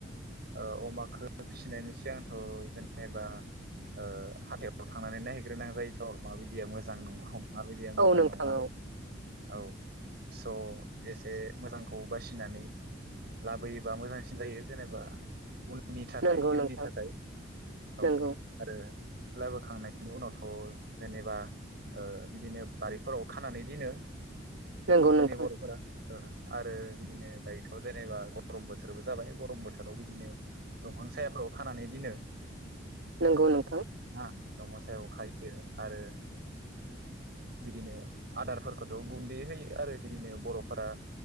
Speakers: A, on the right; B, on the right.
A: ओ अमाखो फिसिनायनि सिगांथ' जेनेबा ओ हाथायाव थांनानै नायहैग्रोनां जायोथ' माबायदिया मोजां नोंहाव माबायदिया मोजां
B: औ नोंथां
A: नङा
B: औ
A: औ स' एसे मोजांखौ बासिनानै लाबोयोबा मोजांसिन जायो जेनेबा नि थाखाय
B: नंगौ
A: इयुननि
B: नोंथां
A: थाखाय औ
B: नंगौ
A: आरो लाबोखांनायनि उनावथ' जेनेबा ओ बिदिनो बारिफोराव खानानै दिनो
B: नंगौ
A: जोंनि
B: नोंथां
A: बर'फोरा ओ आरो बिदिनो दायोथ' जेनेबा गरम बोथोरबो जाबाय गरम बोथोर आव बिदिनो दंफां सायहाफोराव खानानै दिनो
B: नंगौ नों
A: <unintelligible> दंग सायाव खायो आरो बिदिनो आदारफोरखौथ' गुन्दै होयो आरो बिदिनो बर'फोरा